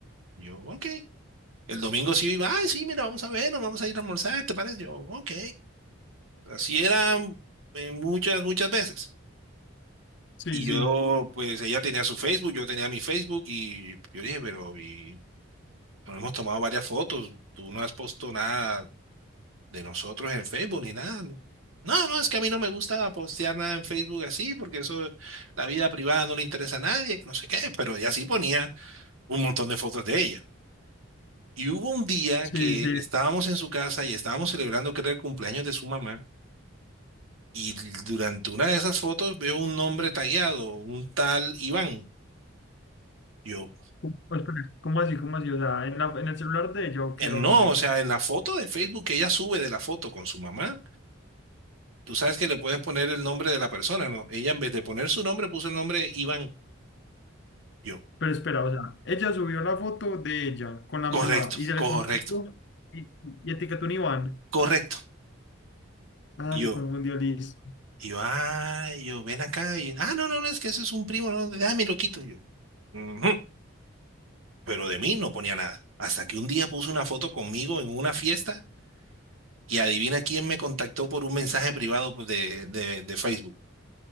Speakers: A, on the right; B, on the left.
A: Yo, ok. El domingo sí iba, ay, sí, mira, vamos a ver, nos vamos a ir a almorzar, ¿te parece? Yo, ok. Así era eh, muchas, muchas veces.
B: Sí,
A: Y
B: sí,
A: yo, pues ella tenía su Facebook, yo tenía mi Facebook y yo dije, pero y nos hemos tomado varias fotos, tú no has puesto nada de nosotros en Facebook ni nada. No, no, no, es que a mí no me gusta postear nada en Facebook así, porque eso, la vida privada no le interesa a nadie, que no sé qué, pero ella sí ponía un montón de fotos de ella. Y hubo un día
B: sí,
A: que
B: sí.
A: estábamos en su casa y estábamos celebrando, que era el cumpleaños de su mamá, y durante una de esas fotos veo un nombre tagueado, un tal Iván. Yo,
B: ¿Cómo espera, cómo así, cómo así? O sea, en la, en el celular de ella o
A: Eh,
B: qué,
A: No,
B: dónde.
A: o sea, en la foto de Facebook que ella sube de la foto con su mamá, tú sabes que le puedes poner el nombre de la persona, ¿no? Ella en vez de poner su nombre puso el nombre de Iván. Yo,
B: Pero espera, o sea, ella subió la foto de ella con la
A: correcto,
B: mamá y se
A: correcto,
B: le confundió y, y etiquetó un Iván.
A: correcto.
B: Ah,
A: Y yo,
B: se confundió, listo.
A: y yo, ah, y yo, ven acá. Y, ah, no, no, no, es que ese es un primo, no, déjame lo quito. Y Yo, "Ujú". Pero de mí no ponía nada. Hasta que un día puso una foto conmigo en una fiesta y adivina quién me contactó por un mensaje privado pues, de, de, de Facebook.